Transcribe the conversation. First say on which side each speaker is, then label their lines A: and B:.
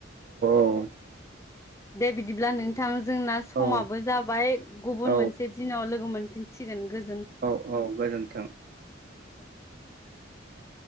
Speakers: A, on the right; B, on the left.
A: औ
B: दे बिदिब्ला नों थां जोंना समाबो
A: औ
B: जाबाय गुबुन
A: औ
B: मोनसे दिनाव लोगो मोनफिनसिगोन गो
A: औ औ गोजोनथों
B: <inaudible>